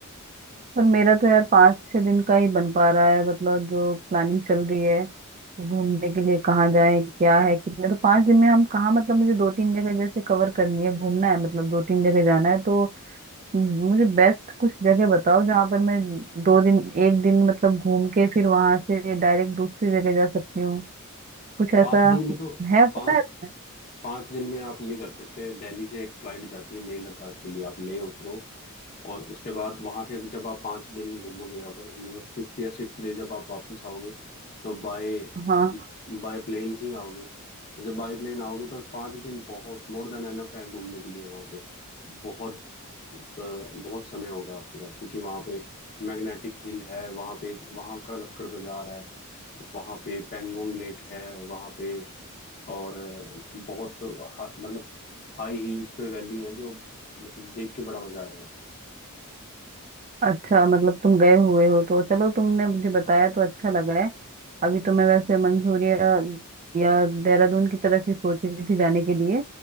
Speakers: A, on the right (about 35°); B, on the left (about 40°).
A: पर मेरा तो यार पाँच छह दिन का ही बन पा रहा है मतलब जो प्लानिंग चल रही है कि घूमने के लिए कहाँ जाए क्या है कितने तो पाँच दिन में हम कहाँ मतलब मुझे दो तीन जगह जैसे कवर करनी है घूमना है मतलब दो तीन जगह जाना है तो मुझे बेस्ट कुछ जगह बताओ जहाँ पर मैं दो दिन एक दिन मतलब घूम के फिर वहां से डायरेक्ट दूसरी जगह जा सकती हूँ कुछ ऐसा
B: पाँच दिन में तो
A: है पता
B: पाँच
A: है
B: पाँच दिन में आप ये कर सकते हैं दिल्ली से एक फ्लाइट जाती है लेह लद्दाख के लिए आप लेह उतरो और उसके बाद वहां से जब आप पाँच दिन घूमोगे अगर मतलब फिफ्थ या सिक्स डे जब आप वापस आओगे तो बाय
A: हाँ
B: बाय प्लेन ही आओगे तो जब बाय प्लेन आओगे तो पाँच दिन बहुत मोर देन एनफ है घूमने के लिए वहाँ पे बहुत तो बहुत समय होगा आपके पास क्योंकि वहाँ पे मैग्नेटिक हिल है वहाँ पे वहाँ का लक्कड़ बाजार है वहाँ पे पेंगोंग लेक है वहाँ पे और बहुत हा, मतलब हाई हील्स पे वैली है जो मतलब देख के बड़ा मजा आएगा
A: अच्छा मतलब तुम गए हुए हो तो चलो तुमने मुझे बताया तो अच्छा लगा है अभी तो मैं वैसे मंसूरिया या देहरादून की तरफ ही सोच रही थी जाने के लिए